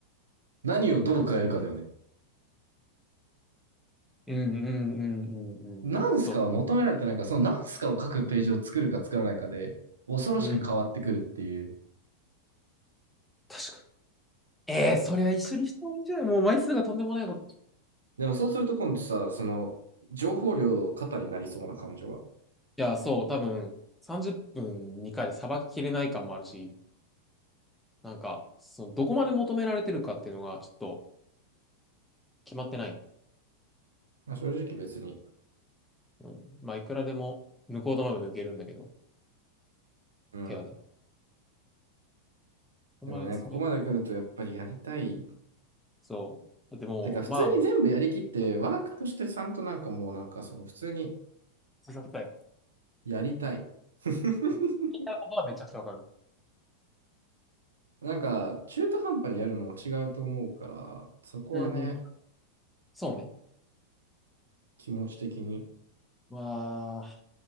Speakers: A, on the right; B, in the centre.
A: 何をどう変えるかだよね。
B: うんうんうんうんうんうん。
A: ナンすかは求められてないから、
B: そ
A: そのナンすかを書くページを作るか作らないかで、恐ろしく変わってくるっていう。
B: う。うん。確かに。ええーそれは一緒にした方がいいんじゃないもう枚数がとんでもないこと。い
A: でもそうすると今度さ、その、情報量過多になりそうな感じは、
B: や、そう。多分、30分2回でさばききれない感もあるし。なんか、そのどこまで求められてるかっていうのがちょっと決まってない。
A: まあ、正直別に
B: うん、まあ、いくらでも抜こうと思えば抜けるんだけど、
A: うん。
B: 手はね。ここまで詰め、
A: でもね、ここまで来るとやっぱりやりたい。
B: そう。だってもう、
A: てか、普通に全部やりきって、
B: まあ、
A: ワークとしてちゃんとなんかもうなんかその普通に
B: ささたい。
A: やりたい。<laughs>
B: 言いたいことはめちゃくちゃわかる。
A: なんか、中途半端にやるのも違うと思うから、そこはね、
B: うんうん。そうね。
A: 気持ち的に。
B: まあ、